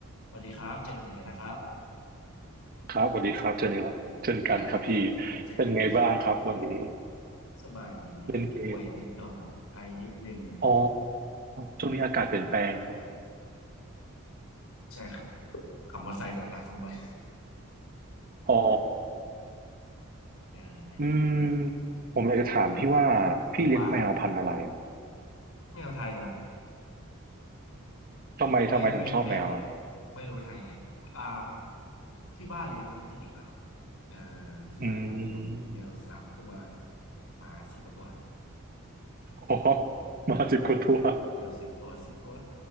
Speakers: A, on the left (about 75°); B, on the right (about 45°).
A: สวัสดีครับเจอกันอีกแล้วนะครับ
B: ครับสวัสดีครับเจอนี่ครับเช่นกันครับพี่
A: อ่าเจอกัน
B: เป็นไงบ้างครับวันนี้
A: <laughs> สบายดีครับป่วยนิดหน่อยไอนิดนึง
B: เล่นเกมอ๋อช่วงนี้อากาศเปลี่ยนแปลงเนอะ
A: ใช่ครับขับมอเตอร์ไซค์เนี่ยดักฝุ่นบ่อย
B: อ๋อ
A: อ่า
B: อืมผมอยากจะถามพี่ว่าพี่เลี้ยงแมวพันธุ์อะไร
A: ว่าแมวไทยครับ
B: ทำไมทำไมถึงชอบแมวอะ
A: ไม่ไม่ไม่รู้ไม่รู้ไทยไหนอ่าที่บ้านเลี้ยงมาตั้งแต่เด็กแล้วครับอ่าที่บ้านมีแมวแมวสามตัว
B: อืม
A: หมาสิบกว่าตัว
B: อ๋อมาสิบกว่าตัว
A: เกือบสิบตัวสิบตัว